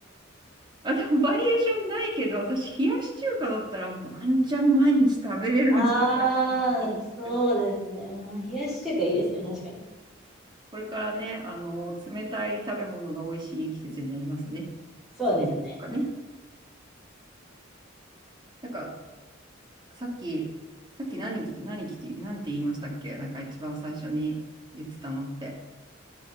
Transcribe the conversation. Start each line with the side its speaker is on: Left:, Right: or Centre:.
Right: あ、でもバリエーションないけど、私、冷やし中華だったらワンチャン毎日食べれるんじゃないかと
Centre: ああ、
Right: 思って
Centre: そうですね。まあ、冷やし中華いいですね、確かに。
Right: これからね、あの、冷たい食べ物が美味しい季節になりますね。
Centre: そうですね。
Right: そうめんとかね。なんか、さっき、さっき何、何聞き、なんて言いましたっけなんか一番最初に言ってたのって。